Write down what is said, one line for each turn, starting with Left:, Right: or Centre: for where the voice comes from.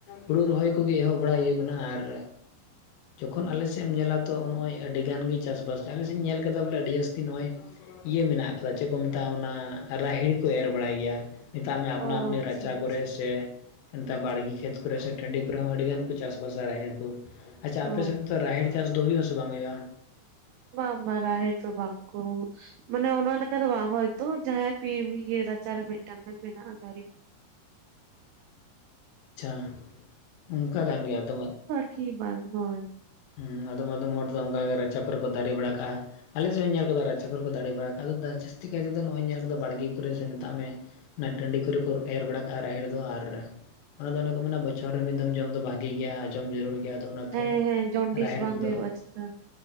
Left: ᱦᱩᱲᱩ ᱨᱚᱦᱚᱭ ᱠᱚᱜᱮ ᱮᱦᱚᱵ ᱵᱟᱲᱟᱭ ᱦᱩᱭᱩᱜ ᱠᱟᱱᱟ ᱟᱨ ᱡᱚᱠᱷᱚᱱ ᱟᱞᱮ ᱥᱮᱫ ᱮᱢ ᱧᱮᱞᱟ ᱛᱚ ᱱᱚᱜ-ᱚᱭ ᱟᱹᱰᱤ ᱜᱟᱱ ᱜᱮ ᱪᱟᱥᱵᱟᱥ ᱟᱞᱮ ᱥᱮᱡ‌ ᱤᱧ ᱧᱮᱞ ᱠᱟᱫᱟ ᱵᱚᱞᱮ ᱟᱹᱰᱤ ᱡᱟᱹᱥᱛᱤ ᱱᱚᱜ-ᱚᱭ ᱤᱭᱟᱹ ᱢᱮᱱᱟᱜ ᱟᱠᱟᱫᱟ ᱪᱮᱫ ᱠᱚ ᱢᱮᱛᱟᱜ-ᱟ ᱚᱱᱟ ᱨᱟᱦᱤᱲ ᱠᱩ ᱮᱨ ᱵᱟᱲᱟᱭ ᱜᱮᱭᱟ᱾ ᱢᱮᱛᱟᱜ ᱢᱮ ᱟᱯᱱᱟ
Right: ᱚ
Left: ᱟᱯᱱᱤ
Right: ᱟᱪᱪᱷᱟ
Left: ᱨᱟᱪᱟ
Right: ᱟᱪᱪᱷᱟ
Left: ᱠᱚᱨᱮᱜ ᱥᱮ <unintelligible> ᱵᱟᱲᱜᱮ ᱠᱷᱮᱛ ᱠᱚᱨᱮ ᱥᱮ ᱴᱟᱺᱰᱤ ᱠᱚᱨᱮ ᱦᱚᱸ ᱟᱹᱰᱤ ᱜᱟᱱ ᱠᱚ ᱪᱟᱥ ᱵᱟᱥᱟ ᱨᱟᱦᱮᱲ ᱠᱚ, ᱟᱪᱪᱷᱟ
Right: ᱚ
Left: ᱟᱯᱮ ᱥᱮᱱ ᱛᱚ ᱨᱟᱦᱮᱲ ᱪᱟᱥ ᱫᱚ ᱦᱩᱭᱩᱜ-ᱟ ᱥᱮ ᱵᱟᱝ ᱦᱩᱭᱩᱜ-ᱟ?
Right: ᱵᱟᱝ ᱵᱟ ᱨᱟᱦᱮᱲ ᱫᱚ ᱵᱟᱠᱚ ᱢᱟᱱᱮ ᱚᱱᱟ ᱞᱮᱠᱟ ᱫᱚ ᱵᱟᱝ ᱦᱚᱭᱛᱚ ᱡᱟᱦᱟᱸ ᱯᱤ ᱤᱭᱟᱹ ᱨᱟᱪᱟ ᱨᱮ ᱢᱮᱫᱴᱟᱝ ᱜᱟᱱ ᱢᱮᱱᱟᱜ-ᱟ ᱫᱟᱨᱮ᱾
Left: ᱟᱪᱪᱷᱟ ᱚᱱᱠᱟ ᱠᱟᱱ ᱜᱮᱭᱟ ᱟᱫᱚ
Right: ᱠᱤ ᱵᱟᱝ ᱦᱳᱭ᱾
Left: ᱦᱩᱸ ᱟᱫᱚᱢ ᱟᱫᱚᱢ ᱦᱚᱲ ᱫᱚ ᱚᱱᱠᱟ ᱜᱮ ᱨᱟᱪᱟ ᱠᱚᱨᱮ ᱠᱚ ᱫᱟᱨ ᱵᱟᱲᱟ ᱠᱟᱜ-ᱟ᱾ ᱟᱞᱮ ᱥᱮᱜ ᱦᱩᱧ ᱧᱮᱞ ᱠᱟᱫᱟ ᱨᱟᱪᱟ ᱠᱚᱨᱮ ᱠᱚ ᱫᱟᱲᱮ ᱵᱟᱲᱟ ᱠᱟᱜ-ᱟ, ᱟᱫᱚ ᱫᱟ ᱡᱟᱹᱥᱛᱤ ᱠᱟᱭ ᱛᱮᱫᱚ ᱱᱚᱜ-ᱚᱭᱤᱧ ᱧᱮᱞ ᱠᱟᱫᱟ ᱵᱟᱲᱜᱤᱮ ᱠᱚᱨᱮ ᱥᱮ ᱢᱮᱛᱟᱜ ᱢᱮ ᱚᱱᱟ ᱴᱟᱺᱰᱤ ᱠᱚᱨᱮ ᱠᱚ ᱮᱨ ᱵᱟᱲᱟ ᱠᱟᱜ-ᱟ ᱨᱟᱦᱮᱲ ᱫᱚ ᱟᱨ ᱚᱱᱟ ᱫᱚ ᱚᱱᱮ ᱠᱚ ᱢᱮᱱᱟ ᱵᱚᱪᱷᱚᱨ ᱨᱮ ᱢᱤᱫ ᱫᱚᱢ ᱡᱚᱢ ᱫᱚ ᱵᱷᱟᱜᱮ ᱜᱮᱭᱟ ᱡᱚᱢ ᱡᱟᱹᱨᱩᱲ ᱜᱮᱭᱟ ᱟᱫᱚ ᱚᱱᱟ
Right: ᱦᱮᱸ
Left: ᱛᱮ
Right: ᱦᱮᱸ ᱡᱚᱱᱰᱤᱥ
Left: ᱨᱟᱦᱮᱲ
Right: ᱵᱟᱝ
Left: ᱠᱚᱫᱚ
Right: ᱦᱩᱭᱩᱜᱼᱟ ᱪᱮᱛᱟ